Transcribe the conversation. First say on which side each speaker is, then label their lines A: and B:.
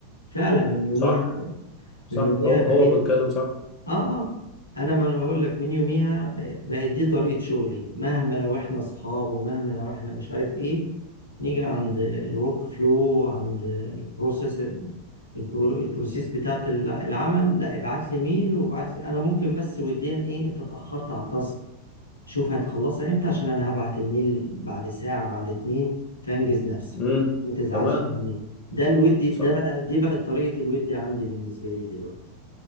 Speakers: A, on the left; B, on the left.
A: فعلا من يوميها
B: صح صح
A: من يوميها
B: هو
A: بقيت
B: هو بيتكلم صح
A: اه اه انا ما انا بقول لك من يوميها ب- بقت دي طريقة شغلي مهما لو احنا اصحاب ومهما لو احنا مش عارف ايه نيجي عند الورك فلو عند البروسيس البرو البروسيس بتاعت الع- العمل لا ابعت لي ميل وابعت لي انا ممكن بس وديا ايه انت اتأخرت على التاسك شوف هتخلصها امتى عشان انا هبعت الميل بعد ساعة بعد اتنين فانجز نفسك
B: امم
A: ما تزعلش
B: تمام
A: مني ده الودي
B: صح
A: ده بقى دي بقت طريقة الودي عندي بالنسبة لي دلوقتي